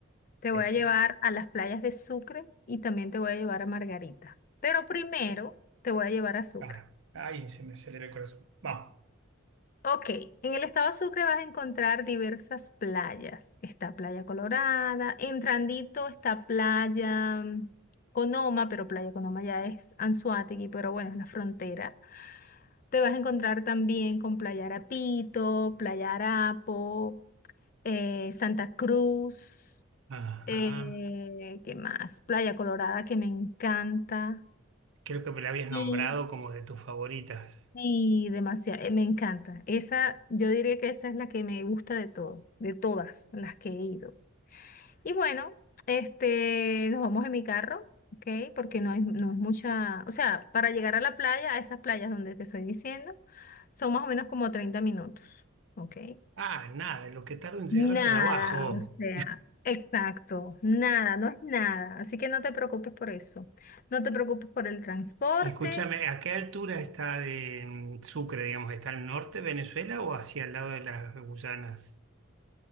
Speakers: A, on the left; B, on the right.
A: Te
B: decime,
A: voy a llevar a las playas de Sucre y también te voy a llevar a Margarita. Pero primero te voy a llevar a Sucre.
B: para, ay, se me acelera el corazón. Vamos.
A: Ok, en el estado de Sucre vas a encontrar diversas playas. Está Playa Colorada, entrandito está Playa mm, Conoma, pero Playa Conoma ya es Anzoátegui, pero bueno, es la frontera. Te vas a encontrar también con Playa Arapito, Playa Arapo, eh, Santa Cruz.
B: Ajá.
A: Eh, ¿qué más? Playa Colorada, que me encanta.
B: Creo que me la habías
A: Sí.
B: nombrado como de tus favoritas.
A: Y demasiado, eh, me encanta. Esa, yo diría que esa es la que me gusta de todo, de todas las que he ido. Y bueno, este, nos vamos en mi carro, ¿ok? Porque no hay, no es mucha, o sea, para llegar a la playa, a esas playas donde te estoy diciendo, son más o menos como 30 minutos, ¿ok?
B: Ah, nada, lo que tardo en llegar
A: Nada,
B: al trabajo.
A: o sea, exacto, nada, no es nada. Así que no te preocupes por eso. No te preocupes por el transporte.
B: Escúchame, ¿a qué altura está de mm, Sucre, digamos? ¿Está al norte de Venezuela o hacia el lado de las Guyanas?